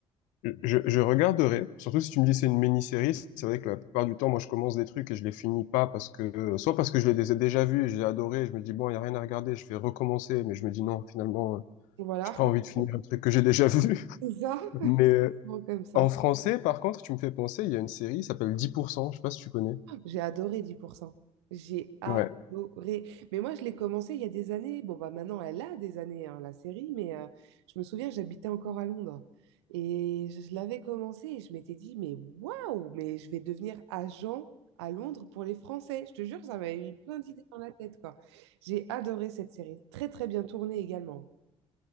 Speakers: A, on the left; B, on the right.
A: je, je regarderai, surtout si tu me dis c'est une mini-série, c'est vrai que la plupart du temps, moi je commence des trucs et je les finis pas parce que, soit parce que je les ai déjà vus, et j'ai adoré, et je me dis bon, il y a rien à regarder, je vais recommencer, mais je me dis non, finalement, euh,
B: Voilà.
A: j'ai pas envie
B: <laughs>
A: de finir un truc que j'ai déjà vu. <laughs>
B: C'est ça,
A: Mais euh,
B: gros, comme ça.
A: en français, par contre, tu me fais penser, il y a une série, qui s'appelle 10%, je sais pas si tu connais.
B: J'ai adoré dix pour cent. J'ai adoré.
A: Ouais.
B: Mais moi, je l'ai commencé il y a des années. Bon, bah maintenant, elle a des années, hein, la série, mais euh, je me souviens, j'habitais encore à Londres. Et je, je l'avais commencé et je m'étais dit, mais waouh, mais je vais devenir agent à Londres pour les Français. Je te jure, ça m'avait mis plein d'idées dans la tête, quoi. J'ai adoré cette série. Très, très bien tournée également.